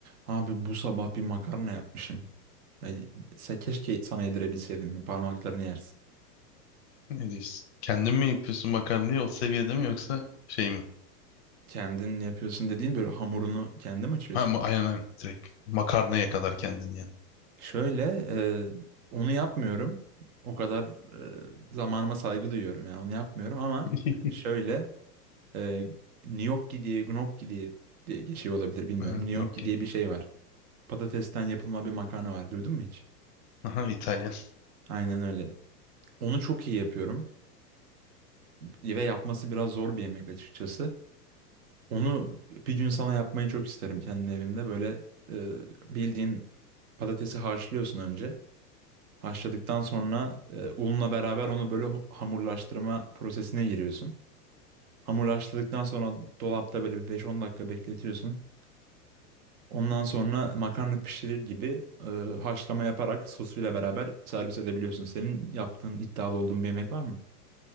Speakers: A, on the right; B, on the left.
A: Abi bu sabah bir makarna yapmışım. Ya, se- keşke sana yedirebilseydim. Parmaklarını yersin.
B: Ne diyorsun? Kendin mi yapıyorsun makarnayı o seviyede mi yoksa şey mi?
A: Kendin yapıyorsun dediğin böyle hamurunu kendin mi açıyorsun?
B: Ha ama aynen aynen. direkt makarnaya kadar kendin yiyen.
A: Şöyle e, onu yapmıyorum. O kadar e, zamanıma saygı duyuyorum yani onu yapmıyorum ama
B: <laughs>
A: şöyle e, gnocchi diye gnocchi diye, diye geçiyor olabilir bilmiyorum.
B: Evet,
A: Gnocchi
B: okey.
A: diye bir şey var. Patatesten yapılma bir makarna var. Duydun mu hiç?
B: Aha İtalyan.
A: Aynen öyle. Onu çok iyi yapıyorum. E, ve yapması biraz zor bir yemek açıkçası. Onu bir gün sana yapmayı çok isterim kendi evimde. Böyle e, bildiğin patatesi haşlıyorsun önce. Haşladıktan sonra e, unla beraber onu böyle hamurlaştırma prosesine giriyorsun. Hamurlaştırdıktan sonra dolapta böyle bir 5-10 dakika bekletiyorsun. Ondan sonra makarna pişirir gibi e, haşlama yaparak sosuyla beraber servis edebiliyorsun. Senin yaptığın iddialı olduğun bir yemek var mı?